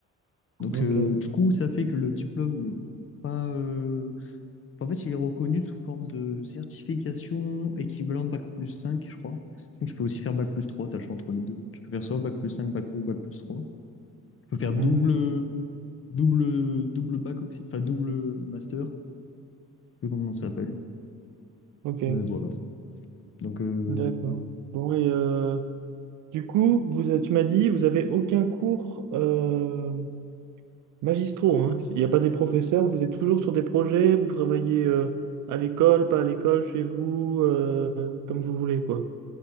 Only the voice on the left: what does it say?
Donc,
euh, du coup, ça fait que le diplôme n'est pas... euh, En fait, il est reconnu sous forme de certification équivalente Bac plus 5, je crois. Donc, tu peux aussi faire Bac plus 3. t'as le choix entre les deux. Tu peux faire soit Bac plus 5, Bac ou Bac plus 3. Tu peux faire
double, double, double Bac aussi, enfin double master, je sais pas comment ça s'appelle.
Mais voilà. Donc, euh,